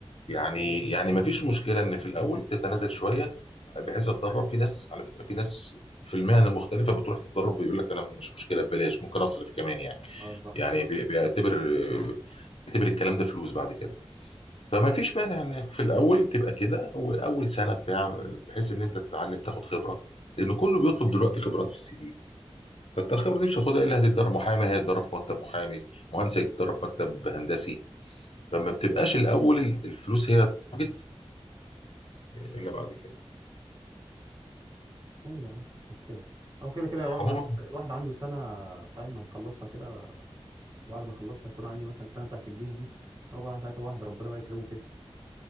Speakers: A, on the left; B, on the right.
A: يعني يعني ما فيش مشكله ان في الاول تتنازل شويه بحيث اتدرب في ناس على فكره في ناس في المهن المختلفه بتروح تتدرب بيقول لك انا مش مشكله ببلاش ممكن اصرف كمان يعني
B: اه صح
A: يعني بي- بيعتبر آه، بيعتبر الكلام ده فلوس بعد كده فما فيش مانع انك في الاول تبقى كده اول اول سنه بتاع بحيث ان انت تتعلم تاخد خبره لان كله بيطلب دلوقتي خبرات في السي في فانت الخبره دي مش هتاخدها الا هتتدرب محامي هيتدرب في مكتب محامي مهندس هيتدرب في مكتب هندسي فما بتبقاش الاول ال- الفلوس هي تارجت الا بعد كده
B: ايوه يا عم مش مشكله او كده كده الواحد
A: عموما
B: عنده الواحد عنده سنه فاهم هيخلصها كده وبعد ما يخلصها هيكون عندي مثلا السنه بتاعت الجيش دي هو بقى ساعتها الواحد ربنا بقى يكرمه فيها